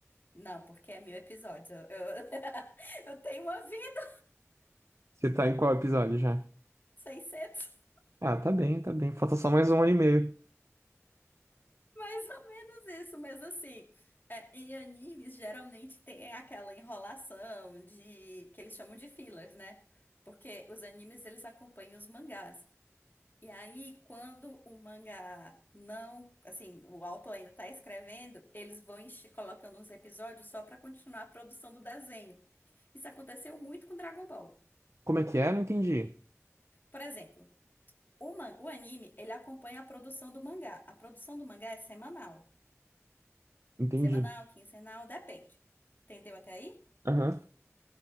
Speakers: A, on the left (about 40°); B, on the right (about 65°).
A: Não, porque é mil episódios. Eu, eu, <laughs> eu tenho uma vida,
B: Você tá em qual episódio já?
A: seiscentos
B: Ah, tá bem, tá bem. Falta só mais um ano e meio.
A: Mais ou menos isso, mas assim, é, em animes geralmente tem aquela enrolação de que eles chamam de fillers, né? Porque os animes eles acompanham os mangás. E aí, quando o mangá não, assim, o autor ainda tá escrevendo, eles vão enche- colocando uns episódios só pra continuar a produção do desenho. Isso aconteceu muito com Dragon Ball.
B: Como é que é? Não entendi.
A: Por exemplo, o, man- o anime, ele acompanha a produção do mangá. A produção do mangá é semanal.
B: Entendi.
A: Semanal, quinzenal, depende. Entendeu até aí?
B: Aham.